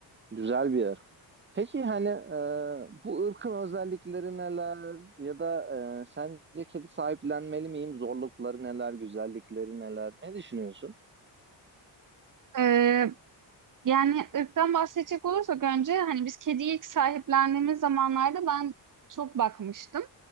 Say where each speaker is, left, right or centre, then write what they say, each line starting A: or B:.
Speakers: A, on the right (about 25°); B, on the right (about 45°).
A: güzel bir ırk. Peki hani e, bu ırkın özellikleri neler ya da e, sence kedi sahiplenmeli miyim? Zorlukları neler, güzellikleri neler? Ne düşünüyorsun?
B: Ee, yani ırktan bahsedecek olursak önce hani biz kediyi ilk sahiplendiğimiz zamanlarda ben çok bakmıştım.